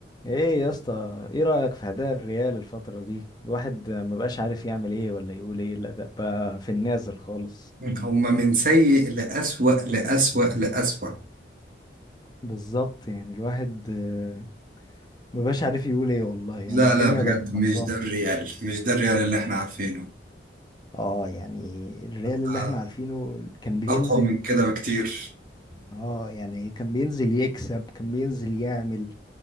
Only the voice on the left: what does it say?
ايه يا اسطى ايه رأيك في اداء الريال الفترة دي الواحد ما بقاش عارف يعمل ايه ولا يقول ايه الاداء بقى في النازل خالص
بالظبط يعني الواحد آه، ما بقاش عارف يقول ايه والله يعني
الدنيا
بقت خربانة
اه يعني الريال اللي
احنا عارفينه كان بينزل
اه يعني كان بينزل يكسب كان بينزل يعمل